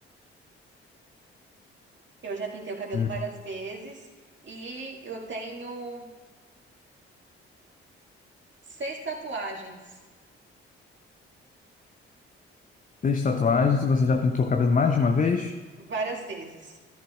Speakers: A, on the right; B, on the left.
A: Eu já pintei o cabelo
B: Hum.
A: várias vezes. E eu tenho seis tatuagens.
B: Fez tatuagens e você já pintou o cabelo mais de uma vez?
A: Várias vezes.